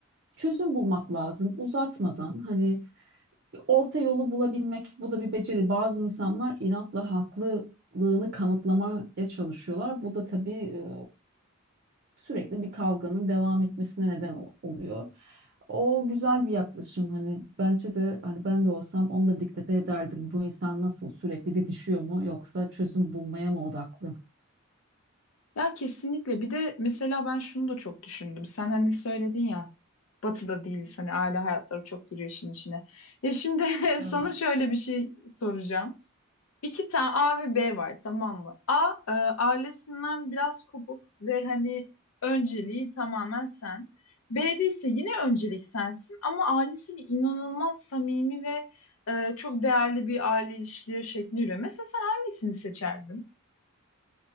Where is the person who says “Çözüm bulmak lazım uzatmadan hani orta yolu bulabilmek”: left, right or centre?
Right